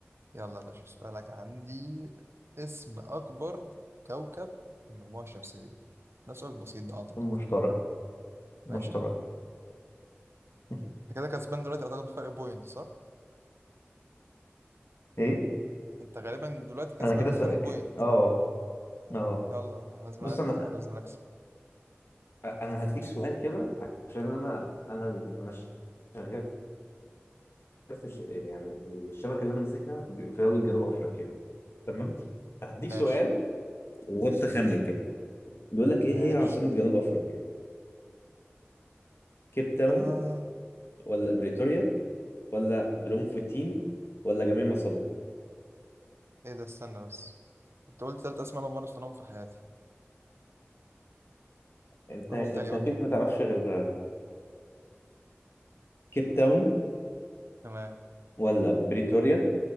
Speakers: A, on the right; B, on the left.
A: يلا يا باشا سؤالك عندي اسم اكبر كوكب في المجموعة الشمسية ده سؤال بسيط ده اعتقد
B: مشترك مشترك
A: ماشي يا عم
B: <laughs>
A: انت كده كسبان دلوقتي اعتقد بفرق بوينت صح
B: ايه
A: انت غالبا دلوقتي كسبان
B: انا كده سأك...
A: بفرق بوينت
B: اه اه
A: يلا أنا لازم
B: بص
A: أركع.
B: انا
A: لازم اكسب
B: انا هديك سؤال كده عشان انا انا انا ش- شغال في ش... يعني الشبكه اللي انا ماسكها في في دوله جنوب افريقيا تمام هديك
A: ماشي
B: سؤال وانت خمن كده بيقول لك ايه
A: ماشي
B: هي عاصمه جنوب افريقيا كيب تاون
A: آه
B: ولا بريتوريا ولا بلومفتين ولا جميع ما سبق
A: ايه ده استنى بس انت قلت ثلاث اسماء انا مرة في حياتي
B: انت
A: قولهم
B: انت
A: تاني بقى
B: اكيد ما تعرفش غير كيب تاون
A: تمام
B: ولا بريتوريا